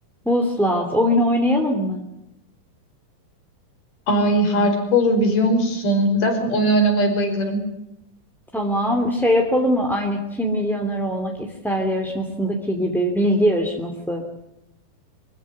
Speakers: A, in the centre; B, on the left.
A: Vuslat, oyunu oynayalım mı?
B: Ay harika olur biliyor musun? Zaten oyun oynamaya bayılırım.
A: Tamam, şey yapalım mı? Aynı Kim Milyoner Olmak İster yarışmasındaki gibi bilgi yarışması.